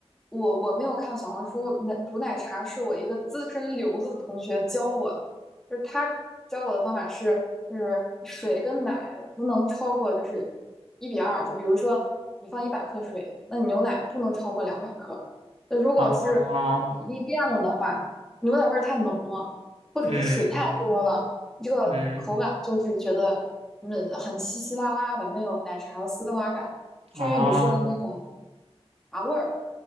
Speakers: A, in the centre; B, on the right (about 70°).
A: 我我没有看小红书，奶煮奶茶是我一个资深留子同学教我的，就是他教我的方法是，就是水跟奶不能超过就是一比二，就比如说你放一百克水，那你牛奶不能超过两百克。那如果是比例变了的话，
B: 哦，
A: 牛奶味儿太浓了，或者是水太多了，
B: 嗯
A: 你这个口感就是觉得嗯很稀稀拉拉的，
B: 嗯，
A: 没有奶茶的丝滑感。至于你说的那种
B: 哦
A: 茶味儿，